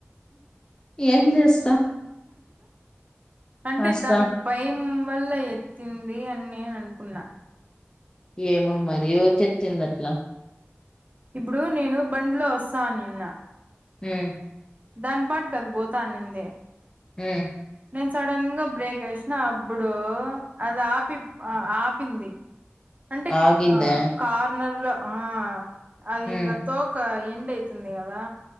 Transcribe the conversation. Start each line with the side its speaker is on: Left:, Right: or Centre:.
Left: ఏం చేస్
Right: అంటే
Left: వస్తాం
Right: దానికి భయం వల్ల ఎత్తింది అని నేను అనుకున్నా
Left: ఏమో మరి ఏవరి చెప్తింది అట్లా
Right: ఇప్పుడు నేను బండ్లో ఒస్తా నిన్న
Left: ఉమ్
Right: దాని బాటుకి అది పోత అన్నింది
Left: ఉమ్
Right: నేను సడన్గా బ్రేక్ ఎసినా అబ్బుడు అది ఆపి ఆ ఆపింది అంటే
Left: ఆగిందా
Right: ఆ కార్నర్ లో ఆ అది
Left: ఉమ్
Right: ఇంకా తోక ఎ అవుతుంది కదా